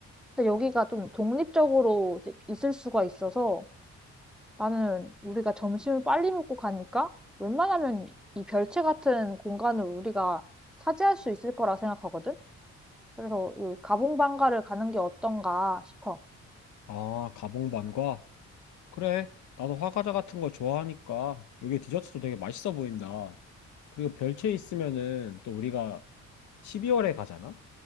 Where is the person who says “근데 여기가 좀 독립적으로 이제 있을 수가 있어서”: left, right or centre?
Centre